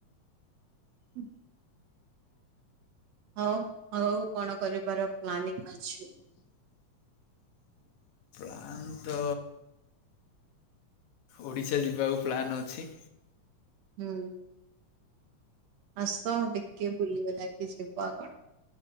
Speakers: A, on the right (about 65°); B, on the left (about 75°).
A: ହୁଁ। ଆଉ ଆଗକୁ କଣ କରିବାର ପ୍ଲାନିଂ ଅଛି?
B: ଆଉଁ ତ ଓଡ଼ିଶା ଯିବାକୁ ପ୍ଲାନ୍ ଅଛି।
A: ହୁଁ। ଆସ ଦେଖି ବୁଲିଗଲା କି ଯିବା ଆଉ କଣ?